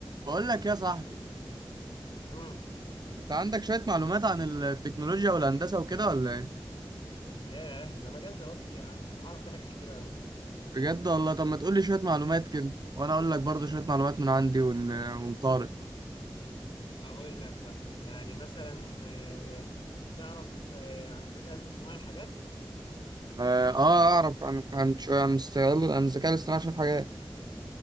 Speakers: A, on the right; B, on the left.
A: بقول لك يا صاحبي
B: امم
A: انت عندك شوية معلومات عن التكنولوجيا والهندسة وكده ولا ايه؟
B: ياه ده مجال دراستي يا عم اعرف فيه حاجات كتير قوي
A: بجد والله طب ما تقول لي شوية معلومات كده وانا اقول لك برضو شوية معلومات من عندي ون... ونقارن
B: هقول لك بقى يعني مثلا آه، تعرف آه، عن الذكاء الاصطناعي حاجات
A: اه آه، اعرف عن عن ش- عن استغلال عن الذكاء الاصطناعي شوية حاجات